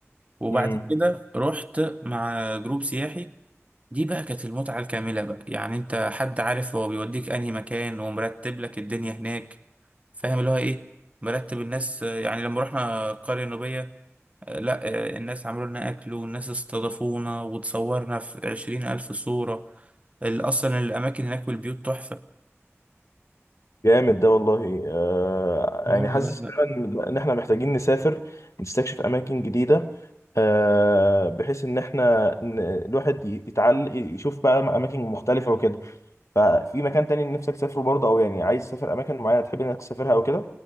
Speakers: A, on the right (about 25°); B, on the left (about 80°).
A: وبعد
B: مم.
A: كده رحت مع جروب سياحي دي بقى كانت المتعة الكاملة بقى يعني انت حد عارف هو بيوديك انهي مكان ومرتب لك الدنيا هناك فاهم اللي هو ايه مرتب الناس آه، يعني لما رحنا القرية النوبية آه، لا آه، الناس عملوا لنا أكل والناس استضافونا وتصورنا في عشرين ألف صورة ال- اصلا الاماكن هناك والبيوت تحفه
B: جامد ده والله آه
A: اه
B: يعني حاسس
A: لا لا
B: فعلا ان احنا محتاجين نسافر نستكشف اماكن جديده آه بحيث ان احنا ن- الواحد ي- يتعل يشوف بقى اماكن مختلفه وكده ففي مكان تاني نفسك تسافره برضه او يعني عايز تسافر اماكن معينه تحب انك تسافرها او كده